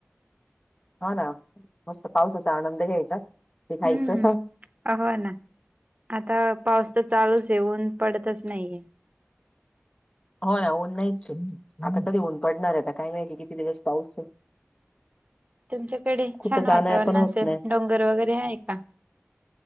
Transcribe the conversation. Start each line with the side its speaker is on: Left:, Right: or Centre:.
Left: हां नां मस्तं पावसांचा आनंद घ्यांयचा ते खायचं
Right: हम्म हो नां आंता पाऊस तरं चालूंच आहे ऊंन तरं पडतंच नाहीं
Left: हो नां ऊंन नाहींच आंता तरी ऊंन पडणांर आहेतं कायं नाहीं कि किती दिवसं पाऊस
Right: तुमच्यांकडे
Left: कुठं
Right: छांन
Left: जाणं
Right: वातांवरण
Left: पण होत
Right: असेल
Left: नाही
Right: डोंगर वगैरें आहे कां